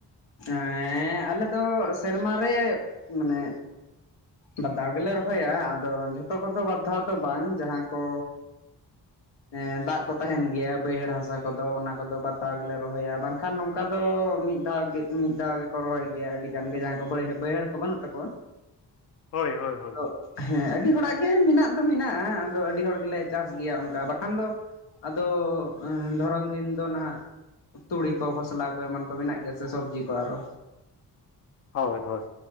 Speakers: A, on the left; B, on the left.
A: ᱦᱮᱸᱻ ᱟᱞᱮ ᱫᱚ ᱥᱮᱨᱢᱟ ᱨᱮ ᱢᱟᱱᱮ ᱵᱟᱫᱷᱟᱣ ᱜᱮᱞᱮ ᱨᱚᱦᱚᱭᱟ ᱟᱫᱚ ᱡᱷᱚᱛᱚ ᱠᱚᱫᱚ ᱵᱟᱨᱫᱷᱟᱣ ᱫᱚ ᱵᱟᱝ ᱾ ᱡᱟᱦᱟᱸ ᱠᱚ
B: <inaudible>
A: ᱮᱸ ᱫᱟᱜ ᱠᱚ ᱛᱟᱦᱮᱱ ᱜᱮᱭᱟ ᱵᱟᱹᱭᱦᱟᱹᱲ ᱦᱟᱥᱟ ᱠᱚᱫᱚ ᱚᱱᱟ ᱠᱚᱫᱚ ᱵᱟᱨ ᱫᱷᱟᱣ ᱜᱮᱞᱮ ᱨᱚᱦᱚᱭᱟ, ᱵᱟᱝᱠᱷᱟᱱ ᱱᱚᱝᱠᱟ ᱫᱚᱻ ᱢᱤᱫ ᱫᱷᱟᱣ ᱜᱮ ᱢᱤᱫ ᱫᱷᱟᱣ ᱜᱮᱠᱚ ᱨᱚᱦᱚᱭ ᱜᱮᱭᱟ ᱟᱹᱰᱤ ᱜᱟᱱ ᱜᱮ ᱡᱟᱦᱟᱸᱭ ᱠᱚ ᱵᱟᱹᱲ ᱵᱟᱹᱭᱦᱟᱹᱲ ᱠᱚ ᱵᱟᱹᱱᱩᱜ ᱛᱟᱠᱚᱣᱟ᱾
B: <inaudible> ᱦᱳᱭ ᱦᱳᱭ
A: ᱟᱫᱚ ᱦᱮᱸ, ᱟᱹᱰᱤ ᱦᱚᱲᱟᱜ ᱜᱮ ᱢᱮᱱᱟᱜ ᱫᱚ ᱢᱮᱱᱟᱜᱼᱟ ᱟᱫᱚ ᱟᱹᱰᱤ ᱦᱚᱲ ᱜᱮᱞᱮ ᱪᱟᱥ ᱜᱮᱭᱟ ᱚᱝᱠᱟ ᱾ ᱵᱟᱠᱷᱟᱱ ᱫᱚ ᱟᱫᱚ ᱮᱸ ᱫᱷᱚᱨᱚᱱ ᱫᱤᱱ ᱫᱚ ᱱᱟᱦᱟᱜ ᱛᱩᱲᱤ ᱠᱚ, ᱠᱷᱚᱥᱞᱟ ᱠᱚ ᱮᱢᱟᱱ ᱠᱚ ᱢᱮᱱᱟᱜ ᱜᱮᱭᱟ ᱥᱮ ᱥᱚᱵᱽᱡᱤ ᱠᱚ ᱟᱨᱚ᱾
B: ᱦᱳᱭ ᱦᱳᱭ᱾